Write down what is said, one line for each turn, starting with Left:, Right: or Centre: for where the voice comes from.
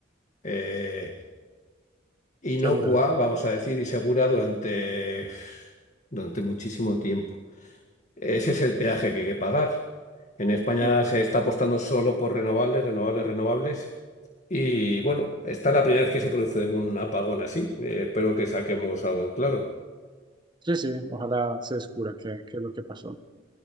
Left: eh, inocua,
Right: segura.
Left: vamos a decir, y segura durante, durante muchísimo tiempo. Ese es el peaje que hay que pagar. En España
Right: Sí, claro.
Left: se está apostando solo por renovables, renovables, renovables. Y bueno, esta es la primera vez que se produce un apagón así. Eh, espero que saquemos algo en claro.
Right: Sí, sí, ojalá se descubra qué, qué es lo que pasó.